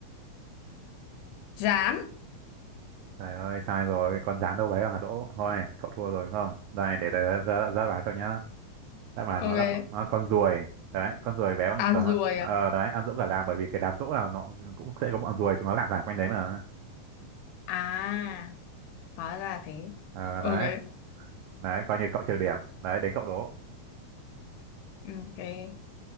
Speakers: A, on the left; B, on the right.
A: rán.
B: Trời ơi, sai rồi, con dáng đâu đấy hả Đỗ? Thôi, cậu thua rồi đúng không? Đây, để tớ ra, ra báo cho nhá. Đáp án
A: Ok.
B: nó là bọn- nó là con ruồi. Đấy, con ruồi bé bằng
A: À,
B: tờ,
A: ruồi à?
B: ờ, đấy, ăn dỗ cả làng bởi vì cái đám dỗ là nó cũng sẽ có bọn ruồi, chúng nó lảng vảng quanh đấy mà.
A: À, hóa ra thế.
B: Ờ,
A: Ok.
B: đấy, đấy, coi như cậu trừ điểm. Đấy, đến cậu Đỗ.
A: Ok.